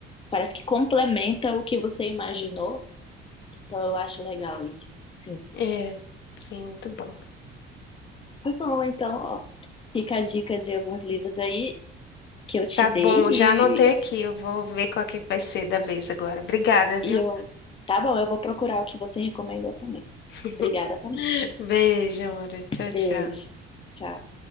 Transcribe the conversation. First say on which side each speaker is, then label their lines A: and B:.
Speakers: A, on the left; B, on the left.
A: parece que complementa o que você imaginou. Então, eu acho legal isso. Sim.
B: É, sim, muito bom.
A: Tá bom, então, ó. Fica a dica de alguns livros aí que eu te
B: Tá
A: dei
B: bom,
A: e,
B: já anotei aqui. Eu vou ver qual que vai ser da vez agora. Obrigada, viu?
A: e eu. Tá bom, eu vou procurar o que você recomendou também.
B: <laughs>
A: Obrigada também.
B: Beijo, amor. Tchau,
A: Beijo.
B: tchau.
A: Tchau.